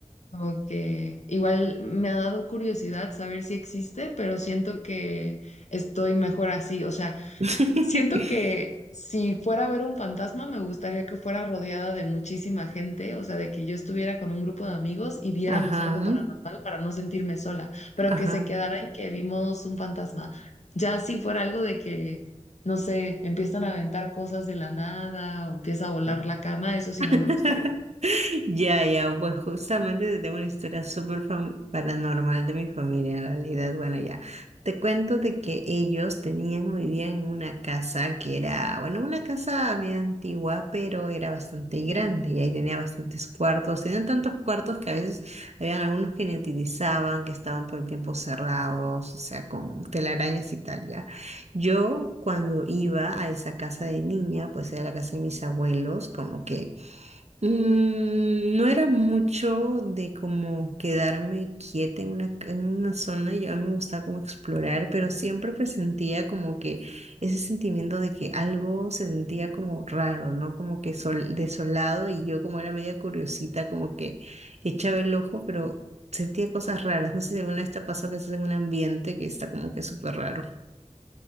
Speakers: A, on the left; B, on the right.
A: como que igual me ha dado curiosidad saber si existe, pero siento que estoy mejor así. O sea,
B: <laughs>
A: Siento que si fuera a ver un fantasma, me gustaría que fuera rodeada de muchísima gente, o sea, de que yo estuviera con un grupo de amigos y viéramos
B: Ajá,
A: algo paranormal para no sentirme sola, pero
B: ajá.
A: que se quedara en que vimos un fantasma. Ya si fuera algo de que, no sé, empiezan a aventar cosas de la nada o empieza a volar la cama, eso sí no
B: <laughs>
A: me gustaría.
B: Ya, ya, pues justamente te tengo una historia súper fam- paranormal de mi familia en realidad. Bueno, ya, te cuento de que ellos tenían o vivían en una casa que era, bueno, una casa medio antigua, pero era bastante grande y ahí tenía bastantes cuartos. Tenían tantos cuartos que a veces habían algunos que ni utilizaban, que estaban todo el tiempo cerrados, o sea, con telarañas y tal, ya. Yo cuando iba a esa casa de niña, pues era la casa de mis abuelos, como que Mm, No era mucho de como quedarme quieta en una, ca- en una zona, yo a mí me gustaba como explorar, pero siempre presentía como que ese sentimiento de que algo se sentía como raro, ¿no? Como que sol, desolado y yo como era media curiosita, como que echaba el ojo, pero sentía cosas raras. No sé si alguna vez te ha pasado que estás en un ambiente que está como que súper raro.